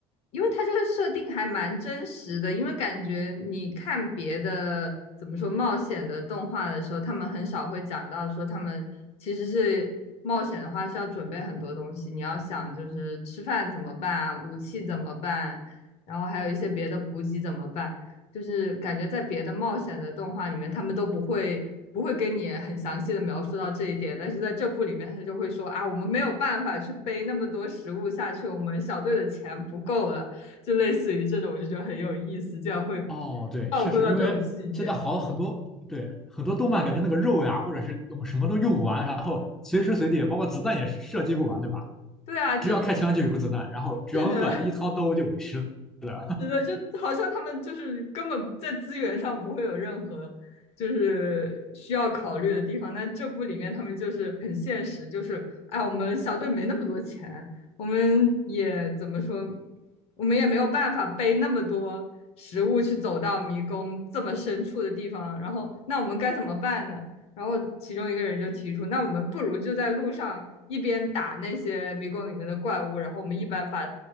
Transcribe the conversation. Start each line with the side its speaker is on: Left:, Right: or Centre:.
Left: 因为它这个设定还蛮真实的，因为感觉你看别的怎么说冒险的动画的时候，他们很少会讲到说他们其实是。冒险的话需要准备很多东西，你要想就是吃饭怎么办，武器怎么办，然后还有一些别的补给怎么办？就是感觉在别的冒险的动画里面，他们都不会不会跟你很详细的描述到这一点，但是在这部里面，他就会说啊，我们没有办法去背那么多食物下去，我们小队的钱不够了，就类似于这种，我就觉得很有意思，这样会
Centre: 哦，
Left: <laughs>
Centre: 对，
Left: 照顾到这种细节。
Centre: 确实，因为现在好很多，对，很多动漫感觉那个肉呀，或者是嗯什么都用不完，然后随时随地，包括子弹也是射击不完，对吧？
Left: 对啊，就
Centre: 只要开枪就有子弹，然后只要饿，
Left: 是的，
Centre: 一掏兜就有吃的。
Left: 是的，就好像他们就是根本在资源上不会有任何就是需要考虑的地方，但这部里面他们就是很现实，就是哎，我们小队没那么多钱，我们也怎么说，我们也没有办法背那么多食物去走到迷宫这么深处的地方，然后那我们该怎么办呢？然后其中一个人就提出，那我们不如就在路上一边打那些迷宫里面的怪物，然后我们一边把